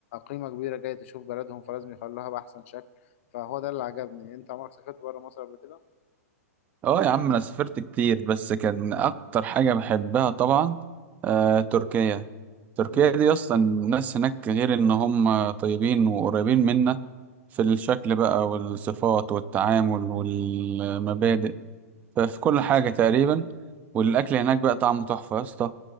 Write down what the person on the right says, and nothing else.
اه يا عم انا سافرت كتير بس كان اكتر حاجه بحبها طبعا آه تركيا تركيا
دي اصلا الناس هناك غير ان هم طيبين وقريبين منا في الشكل بقى والصفات والتعامل والمبادئ ففي كل حاجة تقريبا والأكل هناك بقى طعمه تحفة يا اسطى